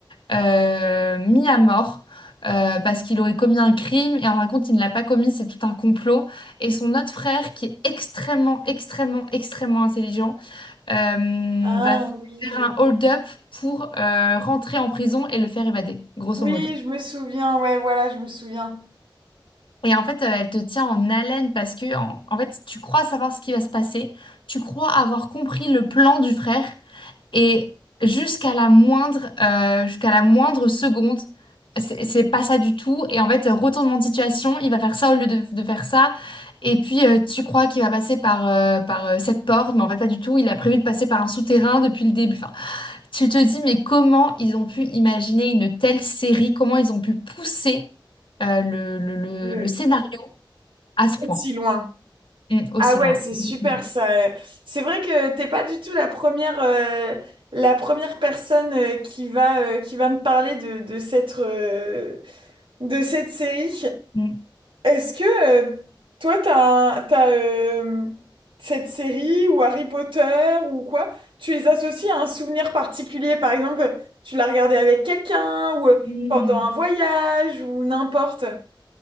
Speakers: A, on the left; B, on the right.
A: euh, mis à mort euh, parce qu'il aurait commis un crime. Et en fin de compte, il ne l'a pas commis, c'est tout un complot. Et son autre frère, qui est extrêmement, extrêmement, extrêmement intelligent, euh,
B: Ah
A: va
B: oui.
A: faire un hold-up pour euh, rentrer en prison et le faire évader, grosso
B: Oui,
A: modo.
B: je me souviens, ouais, voilà, je me souviens.
A: Et en fait, euh, elle te tient en haleine parce que, en en fait, tu crois savoir ce qui va se passer, tu crois avoir compris le plan du frère. Et jusqu'à la moindre, euh, jusqu'à la moindre seconde, c'est c'est pas ça du tout. Et en fait, retournement de situation, il va faire ça au lieu de, de faire ça. Et puis, euh, tu crois qu'il va passer par, euh, par euh, cette porte, mais en fait, pas du tout. Il a prévu de passer par un souterrain depuis le début. Enfin, tu te dis, mais comment ils ont pu imaginer une telle série? Comment ils ont pu pousser euh, le, le- le-
B: Le
A: le scénario à ce point,
B: si loin.
A: Mm, aussi
B: Ah ouais,
A: loin.
B: c'est
A: Exactement.
B: super ça. euh. C'est vrai que t'es pas du tout la première, euh, la première personne euh, qui va, euh, qui va me parler de, de cette, euh, de cette série.
A: Mm.
B: Est-ce que euh, toi, t'as, un- t'as euh, cette série ou Harry Potter ou quoi, tu les associes à un souvenir particulier? Par exemple, tu l'as regardé avec quelqu'un ou euh,
A: Mm.
B: pendant un voyage ou n'importe.